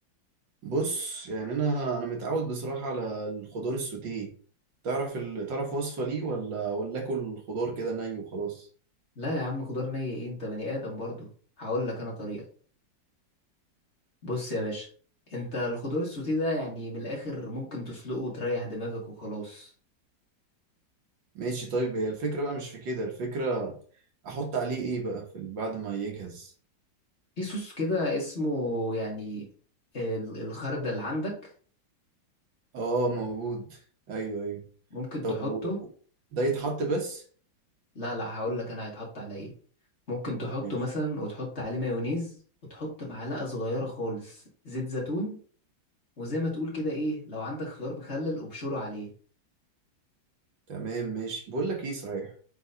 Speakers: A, on the right (about 75°); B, on the left (about 35°).
A: بص يعني أنا أنا متعود بصراحة على الخضار السوتيه تعرف ال... تعرف وصفة ليه ولا ولا آكل الخضار كده ني وخلاص
B: لا يا عم خضار ني ايه انت بني ادم برضو هقول لك انا طريقة بص يا باشا انت الخضار السوتيه ده يعني من الاخر ممكن تسلقه وتريح دماغك وخلاص
A: ماشي طيب هي الفكرة بقى مش في كده الفكرة أحط عليه إيه بقى في بعد ما يجهز
B: في صوص كده اسمه يعني ال- الخردل عندك
A: اه موجود ايوه ايوه
B: ممكن
A: طب
B: تحطه
A: و- ده يتحط بس
B: لا لا هقول لك انا هيتحط على ايه ممكن تحطه
A: ماشي
B: مثلا وتحط عليه مايونيز وتحط معلقة صغيرة خالص زيت زيتون وزي ما تقول كده ايه لو عندك خيار مخلل ابشره عليه
A: تمام ماشي بقول لك ايه صحيح